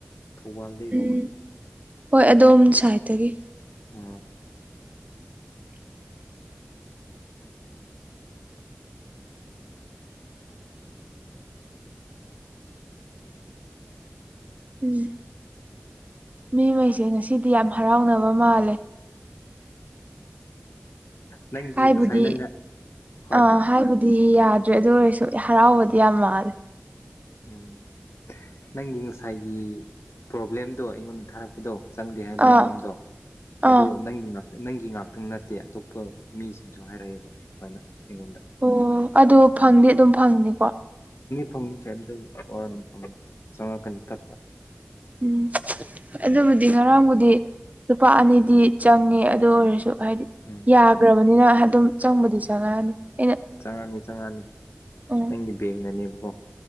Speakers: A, on the left (about 70°); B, on the right (about 35°).
A: ꯊꯧꯕꯥꯜꯗꯔꯛꯎ
B: ꯎꯝ ꯍꯣꯏ ꯑꯗꯣꯝ ꯁꯥꯏꯠꯇꯒꯤ
A: ꯎꯝ
B: ꯎꯝ ꯃꯤꯉꯩꯁꯦ ꯉꯁꯤꯗꯤ ꯌꯥꯝ ꯍꯔꯥꯎꯅꯕ ꯃꯥꯜꯂꯦ
A: ꯅꯪꯒꯤ
B: ꯍꯥꯏꯕꯨꯗꯤ
A: ꯉꯁꯥꯏ ꯅꯪꯅ ꯍꯣꯏ
B: ꯑꯥ
A: ꯍꯣꯏ
B: ꯍꯥꯏꯕꯗꯤ ꯌꯥꯗ꯭ꯔꯦ ꯑꯗꯨ ꯑꯣꯏꯔꯁꯨ ꯍꯔꯥꯎꯕꯗꯤ ꯌꯥꯝ ꯃꯥꯜꯂꯦ
A: ꯎꯝ ꯅꯪꯒꯤ ꯉꯁꯥꯏꯒꯤ ꯄ꯭ꯔꯣꯕ꯭ꯂꯦꯝꯗꯣ ꯑꯩꯉꯣꯟꯗ ꯊꯥꯔꯛꯄꯗꯣ ꯆꯪꯗꯦ ꯍꯥꯏꯕꯒꯤ
B: ꯑꯥ
A: ꯃꯔꯝꯗꯣ ꯑꯗꯨ
B: ꯑꯥ
A: ꯅꯪꯗꯨꯅ ꯅꯪꯒꯤ ꯉꯥꯛꯇꯪ ꯅꯠꯇꯦ ꯑꯇꯣꯞꯄ ꯃꯤꯁꯤꯡꯁꯨ ꯍꯥꯏꯔꯛꯑꯦꯕ ꯑꯗꯨꯃꯥꯏꯅ ꯑꯩꯉꯣꯟꯗ
B: ꯑꯣ ꯑꯗꯨ ꯐꯪꯅꯤ ꯑꯗꯨꯝ ꯐꯪꯅꯤꯀꯣ
A: ꯐꯝ ꯀꯩꯝꯇ ꯋꯥꯔ ꯆꯪꯉꯛꯀꯅꯤ ꯇꯠꯄ
B: ꯎꯝ ꯑꯗꯨꯕꯨꯗꯤ ꯉꯔꯥꯡꯕꯨꯗꯤ ꯂꯨꯄꯥ ꯑꯅꯤꯗꯤ ꯆꯪꯉꯦ ꯑꯗꯨ ꯑꯣꯏꯔꯁꯨ ꯍꯥꯏꯗꯤ
A: ꯎꯝ
B: ꯌꯥꯈ꯭ꯔꯕꯅꯤꯅ ꯑꯗꯨꯝ ꯆꯪꯕꯗꯤ ꯆꯪꯉꯛꯑꯅꯤ ꯑꯩꯅ
A: ꯆꯪꯉꯛꯅꯤ ꯆꯪꯉꯛꯅꯤ
B: ꯎꯝ
A: ꯅꯪꯒꯤ ꯕꯦꯡꯅꯅꯦꯕꯀꯣ